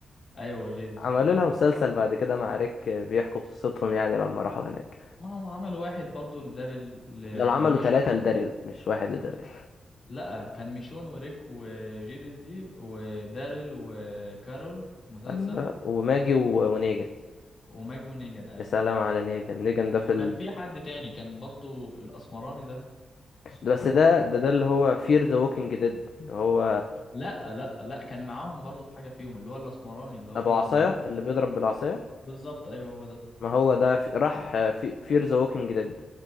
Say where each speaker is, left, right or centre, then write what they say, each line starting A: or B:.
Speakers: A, on the left (about 50°); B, on the left (about 70°).
A: ايوه جيدس
B: عملوا
A: صح كده
B: لها مسلسل بعد كده مع ريك بيحكوا قصتهم يعني لما راحوا هناك
A: ما هم عملوا واحد برضو لداري ل...
B: دول عملوا
A: لميشون
B: ثلاثة لداريل مش واحد لداريل
A: لا كان ميشون وريك وجيدس دي وداريل وكارول مسلسل
B: ايوه وماجي و... ونيجن
A: وماجي ونيجان ايوه
B: يا سلام على نيجن نيجن ده في
A: وكان
B: ال...
A: في حد تاني كان برضو الاسمراني ده اسمه
B: ده- بس
A: ايه
B: ده ده ده اللي هو فير ذا ووكينج ديد اللي هو
A: لا لا لا كان معاهم برضو في حاجة فيهم اللي هو الأسمراني اللي هو
B: ابو
A: المجنون
B: عصاية اللي
A: ده
B: بيضرب بالعصاية
A: بالظبط أيوه هو ده
B: ما هو ده في... راح في فير ذا ووكينج ديد